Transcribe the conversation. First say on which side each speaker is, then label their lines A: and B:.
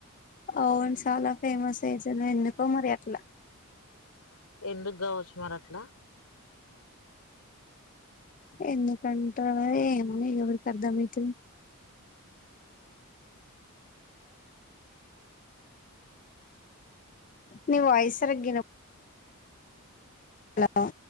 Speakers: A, on the left (about 35°); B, on the left (about 80°).
A: అవును చాలా ఫేమస్ ఏజ ఎందుకో మరి అట్లా
B: ఎందుకు కావచ్చు మర అట్లా
A: ఎందుకంట ఏమో ఇ ఎవరికి అర్థం ఐతలే నీ వాయిస్ సరిగ్గా హలో